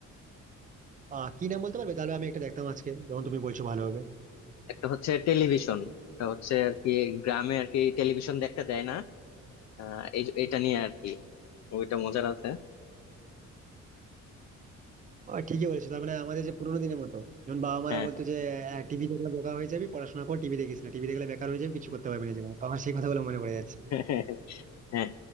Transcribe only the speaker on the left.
একটা হচ্ছে টেলিভিশন একটা হচ্ছে আর কি গ্রামে আর কি টেলিভিশন দেখতে দেয় না আহ, এই এটা নিয়ে আর কি ওইটা মজার আছে
হ্যাঁ
<laughs> হ্যাঁ